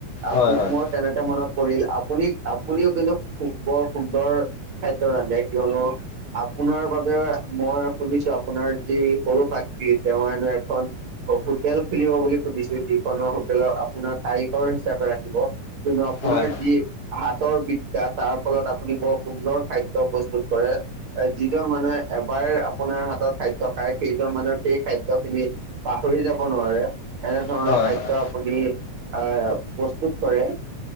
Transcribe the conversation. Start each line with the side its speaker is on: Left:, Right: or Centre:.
Right: আপ
Left: হয় হয়
Right: মই তেনেতে মনত পৰিল আপুনি আপুনিও কিন্তু, বৰ সুন্দৰ, খাদ্য ৰান্ধে কিয়নো আপোনাৰ বাবে মই শুনিছো আপোনাৰ যি সৰু বাকি, তেওঁ এনো এখন হোটেল খুলিব বুলি শুনিছো যিখনৰ হোটেলত আপোনাৰ তাৰিখৰ হিচাপে ৰাখিব। কনো আপোনাৰ
Left: হয়
Right: যি হাতৰ বি তাৰ ফলত আপুনি বৰ সুন্দৰ খাদ্য প্ৰস্তুত কৰে, যিজন মানুহে এবাৰ আপোনাৰ হাতত খাদ্য খায় সেইজন মানুহে, সেই খাদ্য খিনি পাহৰি যাব নোৱাৰে। এনেধৰণৰ
Left: হয়
Right: খাদ্য
Left: হয় হয়।
Right: আপুনি, আহ প্ৰস্তুত কৰে।